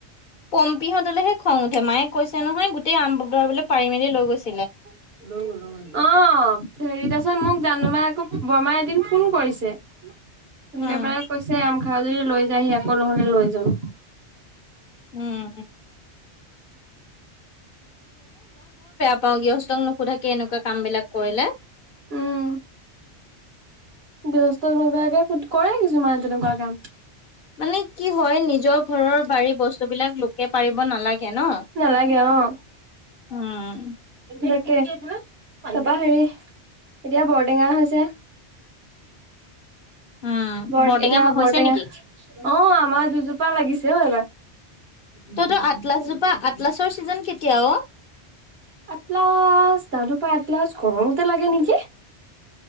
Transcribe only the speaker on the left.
পম্পিহঁতলেহে খং উঠে মায়ে কৈছে নহয় গোটেই আম বাপদৰাবোলে পাৰি মেলি লৈ গৈছে।
উম
উম গৃহস্থং নোসোধাকে এনেকুৱা কাম বিলাক কৰিলে
মানে কি হয় নিজ নিজৰ ঘৰৰ বাৰী বস্তু বিলাক লোকে পাৰিব নালাগে ন
উম
উম,
বৰটেঙা
হৈছে
নেকি?
তই তোৰ আটলাছজোপা আটলাছৰ চিজন কেতিয়া অ